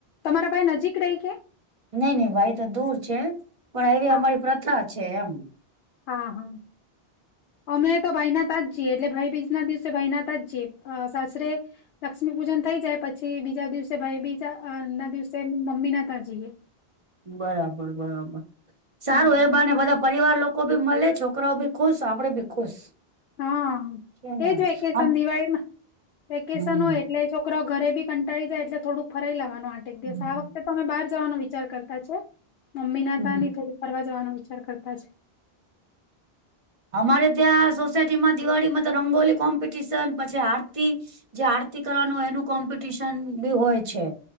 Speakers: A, on the left; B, on the right.
A: તમારા ભાઈ નજીક રહી કે
B: નઈ નહી ભાઈ તો દૂર છે પણ એવી
A: હા
B: અમારી પ્રથા છે એમ
A: હા હા. અમે તો ભાઈના તા જીએ એટલે ભાઈ બીજ ના દિવસે ભાઈના તા જ છીએ સાસરે લક્ષ્મી પૂજન થઈ જાય પછી બીજા દિવસે ભાઈ બીજા ના દિવસે મમ્મી ના ત્યાં જઈએ. <inaudible>
B: બરાબર બરાબર સારું
A: હમ
B: એ બ ને બધા પરિવાર લોકો ભી મળે છોકરાઓ ભી ખુશ આપડે ભી ખુશ
A: હા
B: છે ને
A: એજ વેકેશન
B: આમ
A: દિવાળીમાં વેકેશન
B: હમ
A: હોય એટલે છોકરો ઘરે બી કંટાી જાય એટલે થોડું ફરાઈ લેવાનું આઠ એક દિવસ
B: હમ
A: આ વખતે તમે બહાર જવાનો વિચાર કરતા છે મમ્મી ના
B: હમ.
A: તની થોડી ફરવા જવાનો વિચાર કરતા છે.
B: અમારે ત્યાં સોસાયટી માં દિવાળીમાં તો રંગોલી કોમ્પિટિશન પછી આરતી જે આરતી કરવાનું હોય એનું કોમ્પિટિશન બી હોય છે